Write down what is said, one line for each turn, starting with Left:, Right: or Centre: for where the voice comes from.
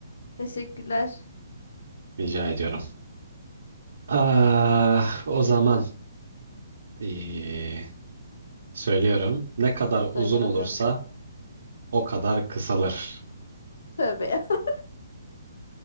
Left: Teşekkürler.
Right: Rica ediyorum. Ah, o zaman ee, söylüyorum. Ne kadar uzun
Left: Söyle
Right: olursa
Left: bakalım.
Right: o kadar kısalır.
Left: Tövbe ya. <laughs>